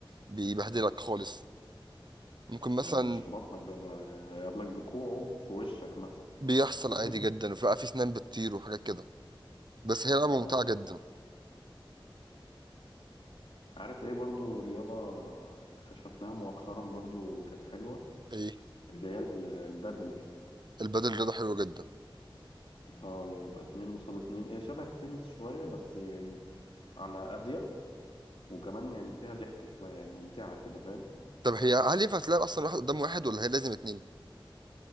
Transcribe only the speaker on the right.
بيبهدلك خالص ممكن مثلا
بيحصل
عادي جدا وفي بقى في سنان بتطير وحاجات كده بس هي لعبة
ممتعة جدا
إيه
البدل رياضة حلوة جدا
طب هي هل ينفع تلعب أصلا واحد قدام واحد ولا هي لازم اتنين؟